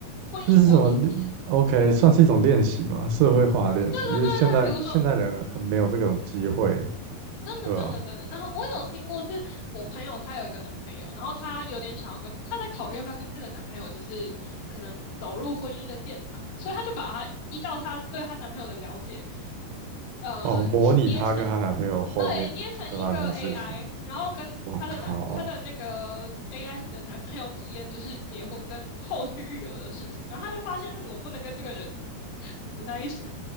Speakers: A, on the left; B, on the right.
A: 婚姻模拟器。
B: 这是什么
A: 对
B: o k 算是一种练习嘛，社会化的练习，
A: 对对对，
B: 因为现在现代人很没有这种机会，
A: 比如说，真的，
B: 对吧？
A: 真的，真的。然后我有听过，是我朋友她有一个男朋友，然后她有点想要跟，她在考虑要不要跟这个男朋友，就是可能走入婚姻的殿堂，所以她就把她依照她对她男朋友的了解，呃，
B: 哦，模拟她跟她男朋友后面会发生的事情，
A: 捏成，对，捏成一个 AI，然后跟她的男，
B: 我靠！
A: 她的那个 AI 的男朋友体验就是结婚跟后续育儿的事情，然后她就发现，嗯我不能跟这个人 <laughs> 走在一起，